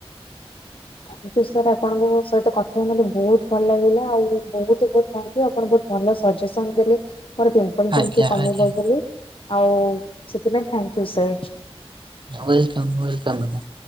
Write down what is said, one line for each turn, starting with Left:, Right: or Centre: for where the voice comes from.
Left: ଥାଙ୍କ୍ ଉ ସାର୍। ଆପଣଙ୍କ ସହିତ କଥାହେଇ ମୋତେ ବହୁତ ଭଲ ଲାଗିଲା। ଆଉ ବହୁତ୍ ବହୁତ୍ କିଏ ଆପଣ ବହୁଊତ ଭଲ ସଜେସନ ଦେଲେ। ପରତୁ ପଲେ
Right: ଆଜ୍ଞା
Left: କେମତି କମିବ
Right: ଆଜ୍ଞା
Left: ବୋଲି ଆଉ ସେଥିପାଇଁ ଥାଙ୍କୟୁ ସାର୍।
Right: Welcome welcome.